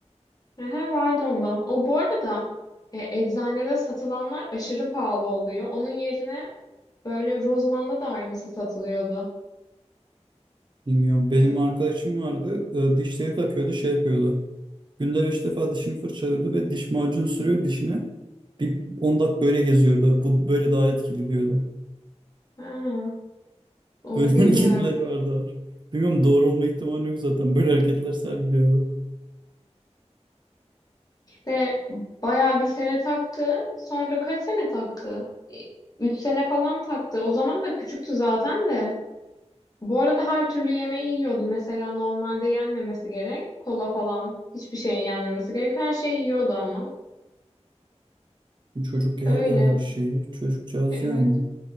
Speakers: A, on the left; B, on the right.
A: Ehe, vardı ondan. O bu arada e, eczanede satılanlar aşırı pahalı oluyor. Onun yerine böyle Rozman'da da aynısı satılıyordu.
B: Bilmiyorum. Benim
A: E,
B: arkadaşım vardı. E, dişleri takıyordu şey yapıyordu. Günde beş defa dişini fırçalıyordu ve diş macunu sürüyor dişine. Bir 10 dakika böyle geziyordu. Bu böyle daha etkili diyordu.
A: ha, onu
B: Böyle
A: bilmiyorum.
B: <laughs> hareketleri vardı. Bilmiyorum doğru olma ihtimali yok zaten. Böyle hareketler sergiliyordu.
A: De bayağı bir sene taktı. Sonra kaç sene taktı? E, Üç sene falan taktı. O zaman da küçüktü zaten de. Bu arada her türlü yemeği yiyordu. Mesela normalde yenmemesi gerek. Kola falan. Hiçbir şeyin yenmemesi gerek. Her şeyi yiyordu ama.
B: Çocuk yer
A: Öyle.
B: ya her şeyi çocukcağız
A: E, Evet.
B: yani.